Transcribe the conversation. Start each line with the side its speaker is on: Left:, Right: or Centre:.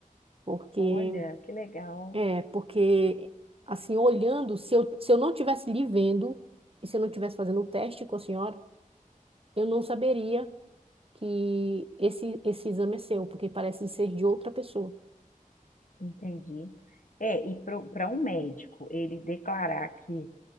Right: Porque,
Left: Olha, que legal.
Right: é, porque, assim, olhando, se eu, se eu não tivesse lhe vendo. E se eu não tivesse fazendo o teste com a senhora, eu não saberia que esse, esse exame é seu, porque parece ser de outra pessoa.
Left: Entendi. É, e para um médico ele declarar que